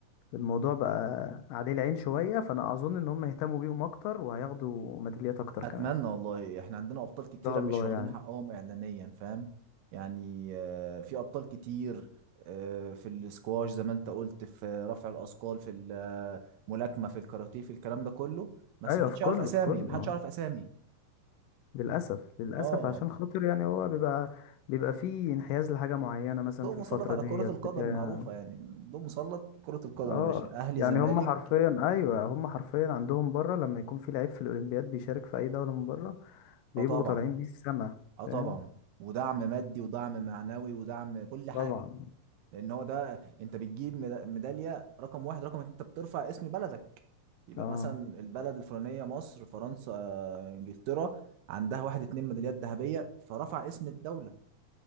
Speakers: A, on the left; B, on the right.
A: الموضوع بقى عليه العين شوية فأنا أظن إن هم يهتموا بيهم أكتر وهياخدوا ميداليات أكتر
B: اتمنى
A: كمان إن
B: والله احنا عندنا ابطال كتيره
A: شاء الله
B: مش واخدين
A: يعني
B: حقهم اعلانيا فاهم يعني آه، في ابطال كتير آه، في السكواش زي ما انت قلت في رفع الاثقال في الملاكمه في الكاراتيه في الكلام ده كله بس
A: أيوة
B: محدش
A: في كله
B: يعرف اسامي
A: في كله
B: محدش
A: آه.
B: يعرف اسامي
A: للأسف للأسف
B: اه
A: عشان خاطر يعني هو بيبقى بيبقى فيه انحياز لحاجة معينة مثلا
B: الضوء
A: في الفترة
B: مسلط على
A: ديت
B: كره القدم
A: بتاع
B: معروفه يعني الضوء مسلط كره القدم
A: اه
B: يا باشا اهلي
A: يعني
B: زمالك
A: هم حرفيا ايوه هم حرفيا عندهم بره لما يكون في لعيب في الاولمبياد بيشارك في اي دولة من بره بيبقوا
B: اه طبعا
A: طالعين بيه السما
B: اه
A: فاهم
B: طبعا ودعم مادي ودعم معنوي ودعم كل حاجه
A: طبعا
B: لان هو ده انت بتجيب ميدا- ميداليه رقم واحد رقم اتنين، انت بترفع اسم بلدك يبقى
A: اه
B: مثلا البلد الفلانيه مصر فرنسا آه، انجلترا عندها واحد اتنين ميداليات ذهبيه فرفع اسم الدوله